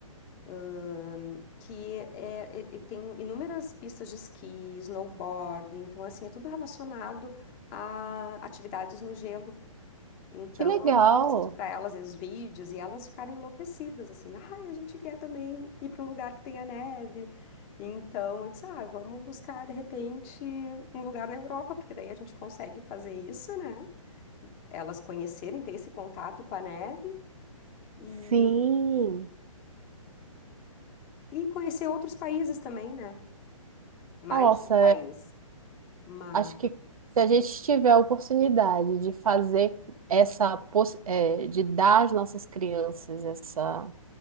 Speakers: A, on the left; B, on the right.
A: ahn, que é, é- é- tem inúmeras pistas de esqui, snowboard, então assim, é tudo relacionado a atividades no gelo. Então
B: Que legal.
A: eu mostro para elas os vídeos e elas ficarem enlouquecidas, assim, ai, a gente quer também ir para um lugar que tenha neve. Então eu disse, ah, vamos buscar de repente um lugar na Europa, porque daí a gente consegue fazer isso, né? Elas conhecerem, ter esse contato com a neve e,
B: Sim.
A: e conhecer outros países também, né? Mais
B: Nossa,
A: de um país. Mas
B: Acho que se a gente tiver a oportunidade de fazer essa, poss- eh, de dar às nossas crianças essa,